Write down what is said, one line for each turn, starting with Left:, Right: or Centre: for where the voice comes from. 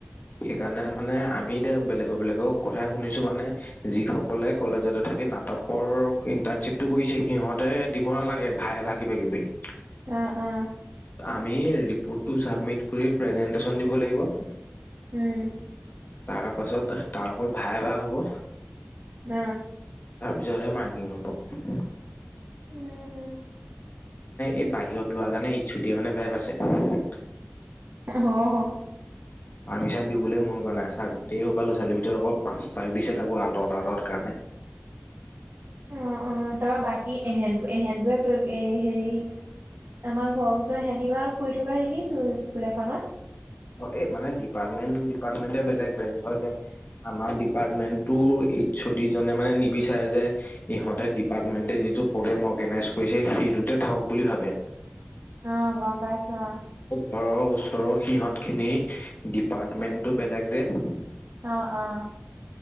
Left: সেইকাৰণে মানে আমি এতিয়া বেলেগৰ বেলেগৰ কথা শুনিছো মানে যি সকলে কলেজতে থাকি নাটকৰ ইণ্টাৰ্ণশ্বিপটো কৰিছে সিহঁতে দিব নালাগে ভাই ভা কিবা কিবি ।
Right: অ অ ।
Left: আমি ৰিপ্‌টটো চাবমিট কৰি প্ৰেজেনটেচন দিব লাগিব ।
Right: উম ।
Left: তাৰ পাছত তাৰ ওপৰত ভাই ভা হ'ব।
Right: উম
Left: তাৰপিছতহে মাৰ্কিং হ'ব ।
Right: উম ।
Left: এই বাহিৰত লোৱাৰ কাৰণে এইচ-অ'-ডিয়ে মানে বেয়া পাইছে ।
Right: হ হ ।
Left: পাৰ্মিশ্যন দিবলৈ মন কৰা নাই চা গোটেই সোপা ল'ৰা ছোৱালি ভিতৰত অকল পাঁচ তাক দিছে তাকো আঁতৰত আঁতৰত কাৰণে
Right: অ অ তাৰপৰা বাকী এহঁত এহঁত বোৰে হেৰি আমাৰ ঘৰৰ ওচৰ এহঁতি বা কৰি থকা দেখিছো স্কুল এখনত।
Left: অ এই মানে ডিপাৰ্টমেণ্ট ডিপাৰ্টমেণ্টে বেলেগ বেলেগ ধৰ এতিয়া আমাৰ ডিপাৰ্টমেণ্টটো এইচ-অ'-ডি জনে মানে নিবিচাৰে যে ইহঁতে ডিপাৰ্টমেণ্টে যিটো প্ৰগেম অৰ্গেনাইজ কৰিছে সেইটোতে থাকক বুলি ভাবে ।
Right: অ গম পাইছো অ ।
Left: ঘৰৰ ওচৰৰ সিহঁত খিনি ডিপাৰ্টমেন্টটো বেলেগ যে ।
Right: আহ আহ!